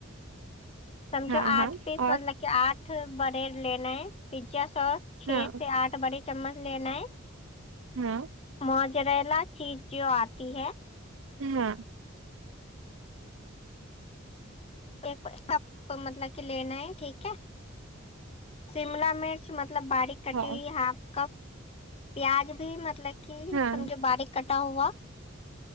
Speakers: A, on the left; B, on the right.
A: سمجھو
B: ہاں
A: آٹھ
B: ہاں
A: پیس
B: اور
A: مطلب آٹھ بڑے لینا ہے پیزا سوس چھ
B: ہاں
A: سے آٹھ بڑے چمچ لینا ہے
B: ہاں
A: موجریلا چیز جو آتی ہے
B: ہاں ہاں
A: پ کا مطلب کہ لینا ہے ٹھیک ہے شملا مرچ مطلب باریک کٹی
B: ہاں
A: ہوئی ہاف کپ پیاز بھی مطلب کہ
B: ہاں
A: سمجھو باریک کٹا ہوا